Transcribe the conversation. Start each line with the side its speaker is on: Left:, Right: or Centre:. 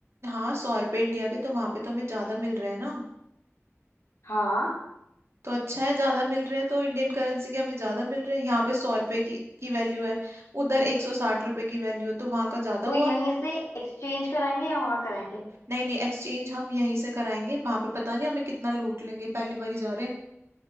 Right: हाँ सौ रुपए इंडिया के तो वहाँ पे तो हमें ज्यादा मिल रहे हैं ना
Left: हाँ
Right: तो अच्छा है ज्यादा मिल रहे हैं तो इंडियन करेंसी के हमें ज्यादा मिल रहे हैं यहाँ पे सौ रुपए की की वैल्यू है उधर एक सौ साठ रुपए की वैल्यू है तो वहाँ का ज्यादा
Left: तो यहीं
Right: हुआ
Left: से एक्सचेंज कराएंगे या वहाँ कराएंगे
Right: नहीं नहीं एक्सचेंज हम यहीं से कराएंगे वहां पे पता नहीं हमें कितना लूट लेंगे पहली बार ही जा रहे हैं